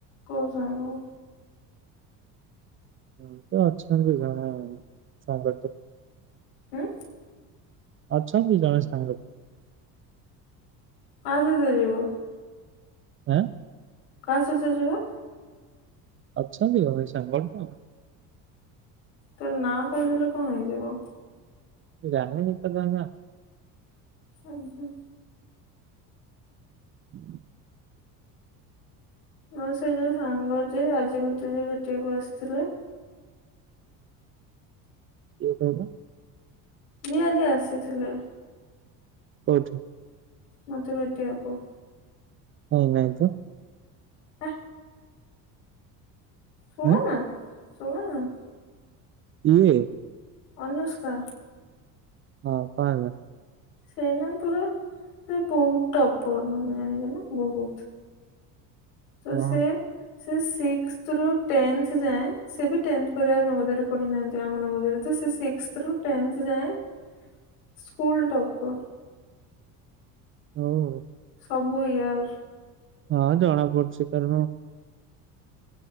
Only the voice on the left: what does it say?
କଉ ସାଙ୍ଗ?
ହୁଁ।
କାହା ସହିତ ଯିବ?
କାହା ସହିତ ଯିବ?
ତା ନାଁ କହିଦେଲେ କଣ ହେଇଯିବ।
ଆ ହୁଁ।
ଆଉ ସେଇ ଯୋଉ ସାଙ୍ଗ ଯିଏ ଆଜି ମତେ ଯିଏ ଭେଟିବାକୁ ଆସିଥିଲେ।
ଯିଏ ଆଜି ଆସିଥିଲା।
ମତେ ଭେଟିବାକୁ।
ଆ। ଶୁଣୁ
ନା ଶୁଣୁ ନା।
ଅନୁଷ୍କା।
ସେ ନା ପୁରା ସେ ବହୁତ ଟପର୍ ମାନେ ଜାଣିଛ ନା ବହୁତ। ତ
ସେ। ସେ ସିକ୍ସଥ ରୁ ଟେନ୍ଥ ଯାଏଁ ସେ ବି ଟେନ୍ଥ ପରେ ଆଉ ନବଦୟୋ ରେ ପଢି ନାହାନ୍ତି ଆମ ନବଦୟୋ ରେ ତ ସେ ସି ସଥ ରୁ ଟେନ୍ଥ ଯାଏଁ।
ସ୍କୁଲ ଟପ୍
ସବୁ ଇୟର୍।